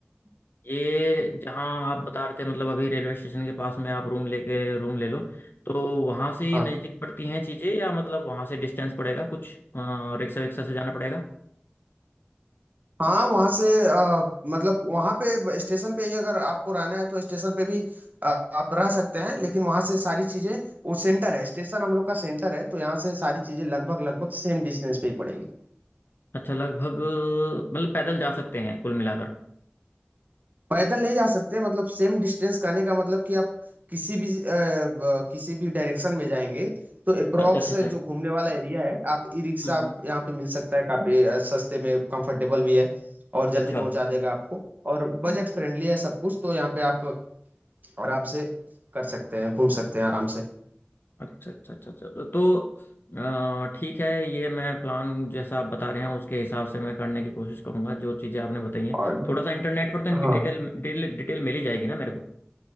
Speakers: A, on the left (about 60°); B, on the right (about 45°).
A: ये जहाँ आप बता रहे थे मतलब अभी रेलवे स्टेशन के पास में आप रूम लेके रूम ले लो तो वहाँ से ही
B: हाँ
A: नज़दीक पड़ती हैं चीज़ें या मतलब वहाँ से डिस्टेंस पड़ेगा कुछ अ, रिक्शा विक्शा से जाना पड़ेगा
B: हाँ वहाँ से अ, मतलब वहाँ पे स्टेशन पे ही अगर आपको रहना है तो स्टेशन पे भी अ, आप रह सकते हैं लेकिन वहाँ से सारी चीजें वो सेंटर है स्टेशन हम लोग का सेंटर है तो यहाँ से सारी चीजें लगभग लगभग सेम डिस्टेंस पे ही पड़ेगी
A: अच्छा लगभग मतलब पैदल जा सकते हैं कुल मिलाकर
B: पैदल नहीं जा सकते मतलब सेम डिस्टेंस करने का मतलब कि आप किसी भी अ, ब- किसी भी डायरेक्शन में जाएंगे तो अप्रोक्स
A: अच्छा अच्छा अच्छा
B: जो घूमने वाला एरिया है आप ई रिक्शा
A: हम्म
B: आप
A: हम्म
B: यहाँ पे मिल सकता है काफी अ, सस्ते में कंफर्टेबल भी है और जल्दी
A: अच्छा
B: पहुंचा देगा आपको और बजट फ्रेंडली है सब कुछ तो यहाँ पे आप आराम से कर सकते हैं घूम सकते हैं आराम से
A: अच्छा अच्छा अच्छा अच्छा तो तो, अ, ठीक है ये मैं प्लान जैसा आप बता रहे हैं उसके हिसाब से मैं करने की कोशिश करूंगा जो चीज़ें आपने बताई हैं
B: और
A: थोड़ा सा इंटरनेट पर तो इनकी
B: हाँ
A: डिटेल डिटेल डिटेल मिल ही जाएगी ना मेरे को